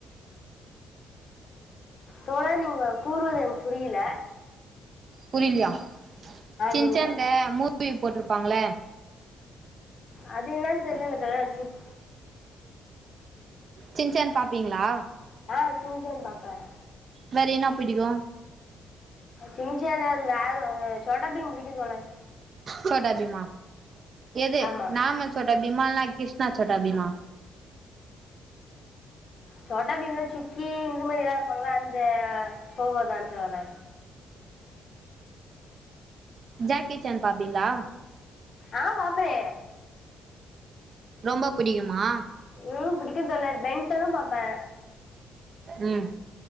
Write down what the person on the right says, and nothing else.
புரிலயா சின்சன்ட
மூ வி போட்ருப்பாங்கள
சின்சன் பாப்பிங்ளா
வேற என்ன பிடிக்கு
சோட்டா பீமா எது
நாம சொல்ற பிமால்ல க்ரிஷ்ணா சோட்டா பீமா
ஜாக்கிஜான் பாப்பீங்ளா
ரொம்ப புடிக்குமா
ம்